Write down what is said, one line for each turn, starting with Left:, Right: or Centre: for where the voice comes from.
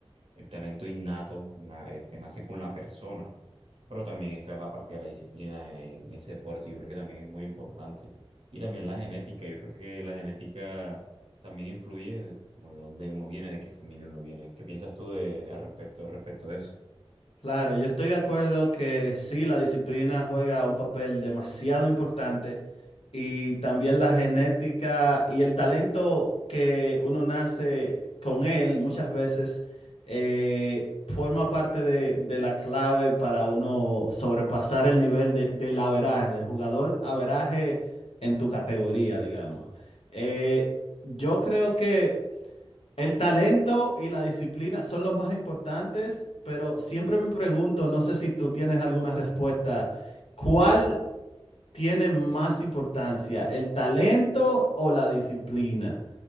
Right: el talento innato, na- este, nace con la persona. Pero también está la parte de la disciplina en, en ese deporte. Yo creo que también es muy importante. Y también la genética. Yo creo que la genética también influye como de dónde uno viene, de qué familia uno viene. ¿Qué piensas tú de, al respecto, respecto de eso?
Left: Claro, yo estoy de acuerdo que sí, la disciplina juega un papel demasiado importante y también la genética y el talento que uno nace con él muchas veces eh, forma parte de, de la clave para uno sobrepasar el nivel de- del averaje, del jugador averaje en tu categoría, digamos. Eh, yo creo que el talento y la disciplina son los más importantes, pero siempre me pregunto, no sé si tú tienes alguna respuesta, ¿cuál tiene más importancia, el talento o la disciplina?